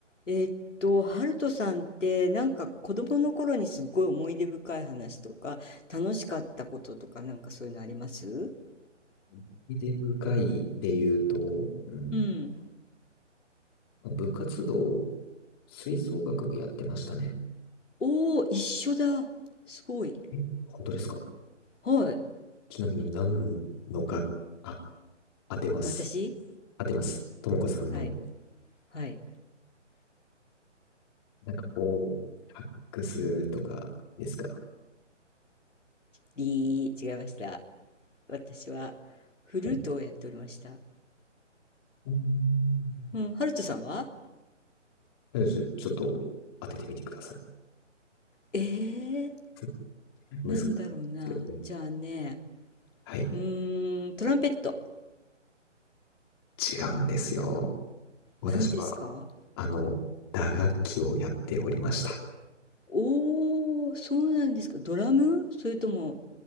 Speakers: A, on the left; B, on the left.
A: えっと、ハルトさんってなんか子供の頃にすっごい思い出深い話とか楽しかったこととかなんかそういうのあります
B: 思い出深いで言うと、うん、
A: うん。
B: まあ部活動、吹奏楽部やってましたね。
A: おお一緒だ。すごい。
B: え、本当ですか
A: はい。
B: ちなみに何のが、あ、当てます。
A: 私
B: 当てます。ともこさんの、
A: はい。はい。
B: なんかこう、サックスとかですか
A: りー、違いました。私はフルートをやっておりました。
B: はい。うん
A: うん。ハルトさんは
B: とりあえずちょっと当ててみてください。
A: えー、
B: <laughs> 難しいですよね。
A: なんだろうな。じゃあね、
B: はい。
A: うーん、トランペット。
B: 違うんですよ。私は、
A: 何ですか
B: あの、打楽器をやっておりました。
A: おお、そうなんですか。ドラム？それとも